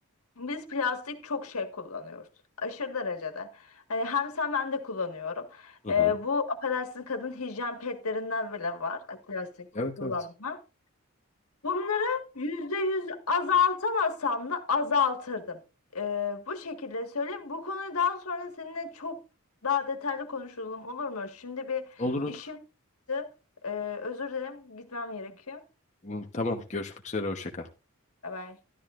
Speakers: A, on the left; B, on the left.
A: Biz plastik çok şey kullanıyoruz. Aşırı derecede. Hani hem sen ben de kullanıyorum.
B: Hı
A: Ee,
B: hı.
A: bu affedersin kadın hijyen pedlerinden bile var. e, Plastik
B: Evet
A: kullanma.
B: evet.
A: Bunları yüzde yüz azaltamasam da azaltırdım. Ee, bu şekilde söyleyeyim. Bu konuyu daha sonra seninle çok daha detaylı konuşalım olur mu? Şimdi bir
B: Olur olur.
A: işim çıktı. Ee, özür dilerim. Gitmem gerekiyor.
B: Hı, Tamam. Görüşmek üzere. Hoşça kal.
A: Bye bye.